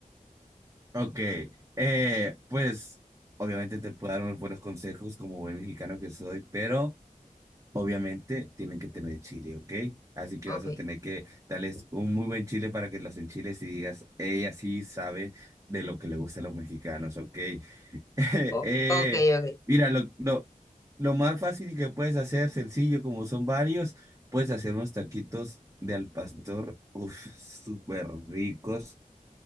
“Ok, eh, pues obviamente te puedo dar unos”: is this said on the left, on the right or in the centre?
Right